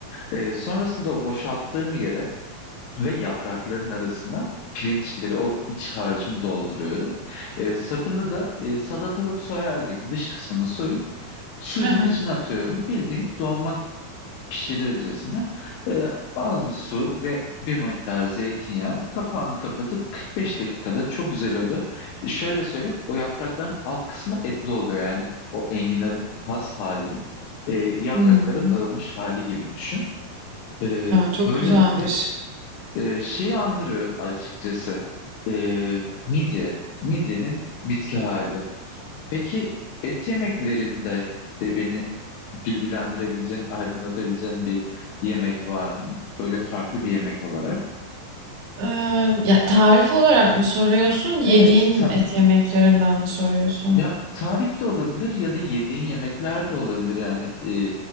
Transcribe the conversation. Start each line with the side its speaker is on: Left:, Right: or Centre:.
Left: E, sonrasında o boşalttığım yere ve yaprakların arasına pirinçleri, o iç harcımı dolduruyorum. E, sapını da e, salatalık soyar gibi dış kısmını soyup suyunun
Right: aha,
Left: içine atıyorum. Bildiğin dolma pişirircesine e, az bir su ve bir miktar zeytinyağı kapağını kapatıp 45 dakikada çok güzel oluyor. E, Şöyle söyleyeyim o yaprakların alt kısmı etli oluyor yani o enginarın has halinin e, yapraklara
Right: hmm, Hımm.
Left: dağılmış hali gibi düşün. E,
Right: çok
Left: böylelikle
Right: güzelmiş.
Left: e, şeyi andırıyor açıkçası. E, midye. Midyenin bitki hali. Peki et yemeklerinde e, beni bilgilendirebileceğin, aydınlatabileceğin bir yemek var mı? Böyle farklı bir yemek olarak.
Right: Eee, ya, tarif olarak mı soruyorsun, yediğim
Left: Evet. ta-
Right: et yemeklerinden mi soruyorsun?
Left: ya tarif de olabilir ya da yediğin yemekler de olabilir. Yani e,